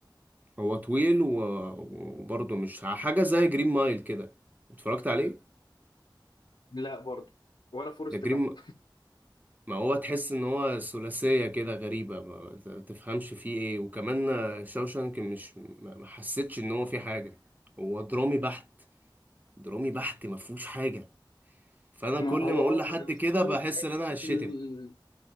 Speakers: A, on the right (about 20°); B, on the left (about 80°).
A: هو طويل و- وبرضه مش ح- حاجه زي جرين مايل كده اتفرجت عليه
B: لا برضه ولا فورست
A: ده جرين
B: جامب
A: ما هو تحس ان هو ثلاثية كده غريبة ما ت- تفهمش فيه ايه وكمان شاوشانك مش ما ما حسيتش ان هو فيه حاجة هو درامي بحت درامي بحت ما فيهوش حاجة فانا
B: ما
A: كل
B: هو
A: ما اقول
B: اه
A: لحد
B: بس
A: كده
B: في
A: بحس
B: في حتة
A: ان انا هشتم
B: ال...